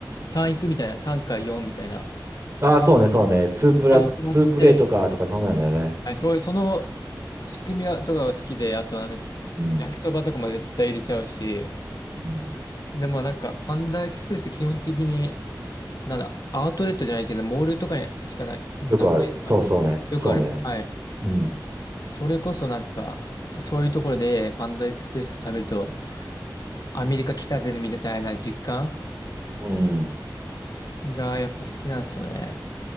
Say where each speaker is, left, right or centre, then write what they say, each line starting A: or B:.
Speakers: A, on the left; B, on the right.
A: 3いくみたいな、3か4みたいな、
B: ああ、そうね、そうね。ツープラ、
A: ここから始まって、
B: ツープレイとか、とかそうなんだよね。
A: はい、そういう、その仕組みはとかが好きで、あとなんか、
B: うん。
A: 焼きそばとかも絶対入れちゃうし、
B: うん。
A: でもなんか、パンダエキスプレスって基本的に、なんだ、アウトレットじゃないけど、モールとかにしかない、なくないですか。
B: よくある。そうそうね。
A: よくある。
B: そうね。
A: はい。
B: うん。
A: それこそなんか、そういうところでパンダエクスプレス食べると、アメリカ来たぜみたいな実感
B: うん。
A: がやっぱ好きなんですよね。